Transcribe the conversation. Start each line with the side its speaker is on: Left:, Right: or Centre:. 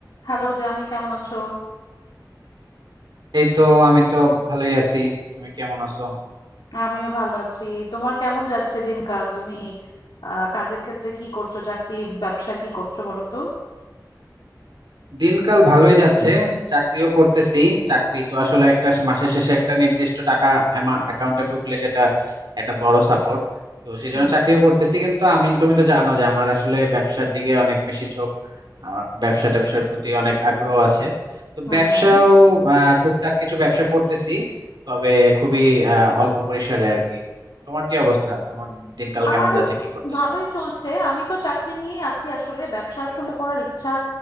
Left: Hello Jami কেমন আছো?
Right: এই তো আমি তো ভালোই আছি তুমি কেমন আছো
Left: আমিও ভালো আছি। তোমার কেমন যাচ্ছে দিনকাল? তুমি আহ কাজের ক্ষেত্রে কি করছো? চাকরি, ব্যবসা কি করছো বলো তো?
Right: দিনকাল ভালোই যাচ্ছে চাকরিও করতেছি চাকরি তো আসলে একটা স- মাসের শেষে একটা নির্দিষ্ট টাকা অ্যাকাউন্টে ঢুকলে সেটা একটা বড় সাপোর্ট তো সেই জন্য
Left: হুম
Right: চাকরিও করতেছি কিন্তু আমি তুমি তো জানো যে আমার আসলে ব্যবসার দিকে অনেক বেশি ঝোঁক আমার ব্যবসা ট্যাবসার প্রতি অনেক আগ্রহ আছে তো
Left: হুম
Right: ব্যবসাও
Left: হুম
Right: আহ টুকটাক কিছু ব্যবসা করতেছি তবে খুবই আহ অল্প পরিসরে আর কি তোমার কি অবস্থা তোমার দিনকাল
Left: আমারও
Right: কেমন যাচ্ছে কি করতেছো
Left: ভালোই চলছে। আমি তো চাকরি নিয়েই আছি আসলে। ব্যবসা আসলে করার ইচ্ছা